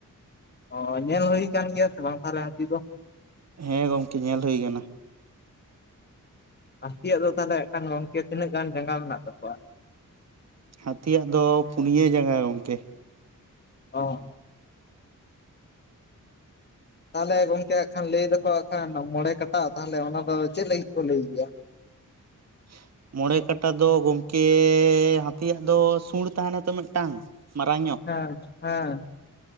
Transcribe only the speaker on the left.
ᱚ ᱧᱮᱞ ᱦᱩᱭ ᱠᱟᱱ ᱜᱮᱭᱟ ᱥᱮ ᱵᱟᱝ ᱛᱟᱦᱚᱞᱮ ᱦᱟᱹᱛᱤ ᱫᱚ
ᱦᱟᱹᱛᱤᱭᱟᱜ ᱫᱚ ᱛᱟᱦᱚᱞᱮ ᱦᱟᱸᱜ ᱠᱷᱟᱱ ᱜᱚᱝᱠᱮ ᱛᱤᱱᱟᱹᱜ ᱜᱟᱱ ᱡᱟᱸᱜᱟ ᱢᱮᱱᱟᱜ ᱛᱟᱠᱚᱣᱟ?
ᱚ ᱛᱟᱦᱚᱞᱮ ᱜᱚᱢᱠᱮ ᱦᱟᱸᱜ ᱠᱷᱟᱱ ᱞᱟᱹᱭ ᱫᱟᱠᱚ ᱦᱟᱸᱜ ᱠᱷᱟᱱ ᱢᱚᱬᱮ ᱠᱟᱴᱟ ᱛᱟᱦᱚᱞᱮ ᱚᱱᱟ ᱫᱚ ᱪᱮᱫ ᱞᱟᱹᱜᱤᱫ ᱠᱚ ᱞᱟᱹᱭ ᱜᱮᱭᱟ?
ᱦᱮᱸ ᱦᱮᱸ